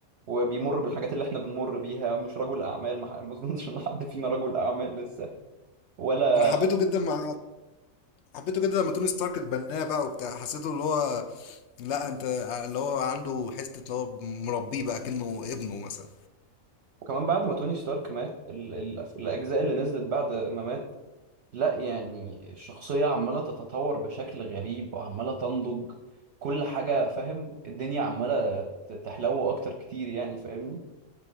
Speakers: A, on the right (about 60°); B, on the left (about 65°).
A: وبيمر بالحاجات اللي احنا بنمر بيها مش رجل اعمال ما ح- ما اظنش ان حد فينا رجل اعمال لسه ولا
B: انا حبيته جدا مع حبيته جدا لما توني ستارك اتبناه بقى وبتاع حسيته اللي هو لا انت اللي هو عنده حته اللي هو مربيه بقى كأنه ابنه مثلا
A: وكمان بعد ما توني ستارك مات ال... ال... الاجزاء اللي نزلت بعد ما مات لا يعني الشخصية عمالة تتطور بشكل غريب وعمالة تنضج كل حاجة فاهم الدنيا عمالة ت- تحلو اكتر كتير يعني فاهمني